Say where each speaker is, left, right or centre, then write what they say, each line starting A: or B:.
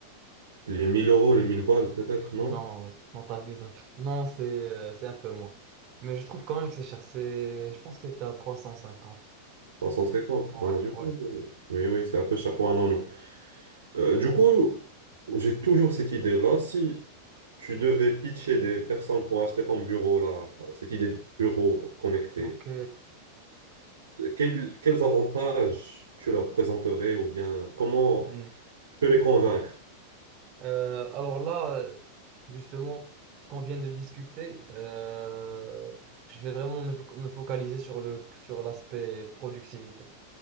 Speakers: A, on the right; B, on the right.
A: les 1000 euros, les 1000 balles, peut-être, non?
B: Non, non, non, t'abuses un peu. Non, c'est euh, c'est un peu moins. Mais je trouve quand même que c'est cher. C'est, je pense que c'était à 350
A: 350.
B: Ouais,
A: Ah, du
B: ouais.
A: coup, oui, oui, oui, c'est un peu cher pour un anneau. Euh,
B: Hmm.
A: du coup, j'ai toujours cette idée-là. Si tu devais pitcher des personnes pour acheter ton bureau, là, cette idée de bureau connecté,
B: Ok.
A: quels, quels avantages tu leur présenterais ou bien comment
B: Hmm.
A: tu peux les convaincre?
B: Euh, alors là, euh, justement, ce qu'on vient de discuter, euh, je vais vraiment me, fo- me focaliser sur le, sur l'aspect productivité.